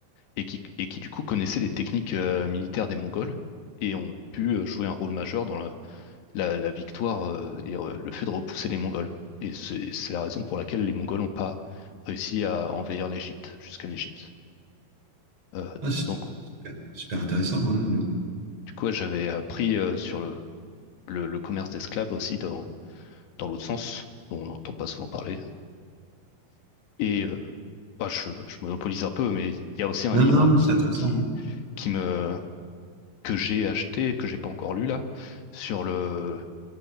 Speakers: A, on the left; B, on the right.
A: et qui, et qui du coup connaissaient les techniques euh, militaires des Mongols et ont pu euh, jouer un rôle majeur dans la, la- la victoire euh, et euh, le fait de repousser les Mongols. Et c'est c'est la raison pour laquelle les Mongols n'ont pas réussi à envahir l'Égypte, jusqu'à l'Égypte. Euh,
B: Ah, c'est super,
A: donc,
B: super, super intéressant. hein, dis donc.
A: du coup, j'avais appris euh, sur le, le, le commerce d'esclaves aussi dans, dans l'autre sens, dont on n'entend pas souvent parler. Et euh, bah, je, je monopolise un peu, mais il y a aussi un
B: non,
A: livre
B: non, non, mais
A: qui
B: c'est intéressant.
A: me, qui,
B: ouais.
A: qui me, que j'ai acheté, que j'ai pas encore lu là, sur le,